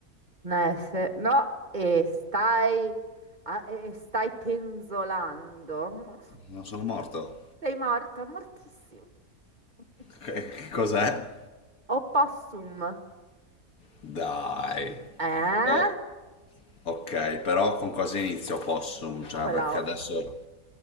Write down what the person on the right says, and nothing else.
una S. No, e stai, a- e stai penzolando.
Sei morto, mortissimo. <laughs>
Opossum.
Eh?
Con
la O.